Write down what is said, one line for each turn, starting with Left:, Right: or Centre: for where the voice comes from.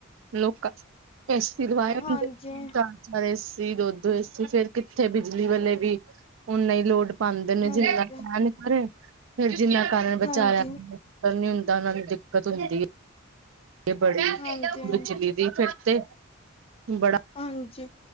Right: ਲੋਕਾਂ। ਏਸੀ ਦਬਾਏ <inaudible> ਹੁੰ
Left: ਹਾਂਜੀ
Right: ਏਸੀ ਦੁੱਧ ਏਸੀ, ਫੇਰ ਕਿੱਥੇ ਬਿਜਲੀ ਵਾਲੇ ਵੀ ਹੁਣ ਨਹੀਂ ਲੋੜ ਪਾਦੇ ਨੇ
Left: ਹਾਂਜੀ
Right: ਜਿੰਨਾ ਹੇਣੀ ਘਰੇ ਫਿਰ ਜਿੰਨਾ ਘਰ ਬਚਾ
Left: ਹਾਂਜੀ
Right: ਨੀ ਹੁੰਦਾ ਉਹਨਾਂ ਨੂੰ ਦਿੱਕਤ ਹੁੰਦੀ ਹੈ। ਬੜੀ
Left: ਹਾਂਜੀ
Right: ਬਜਲੀ ਦੀ ਫਿਰ ਤੇ ਬੜਾ
Left: ਹਾਂਜੀ,